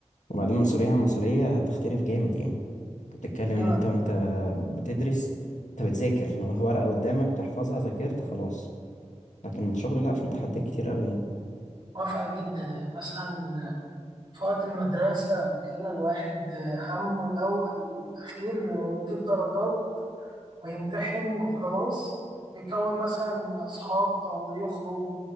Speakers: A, on the left; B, on the right.
A: وبعدين مسؤولية عن مسؤولية هتختلف جامد يعني انت بتتكلم
B: ايوه
A: ان انت
B: أنا
A: وانت بتدرس انت بتذاكر ورقة قدامك بتحفظها ذاكرت خلاص لكن الشغل لا فيه تحديات كتير قوي
B: موافق جدا يعني مثلا في وقت المدرسة او كده الواحد همه الاول والاخير إنه يجيب درجات ويمتحن وخلاص ويكون مثلا اصحاب او يخرج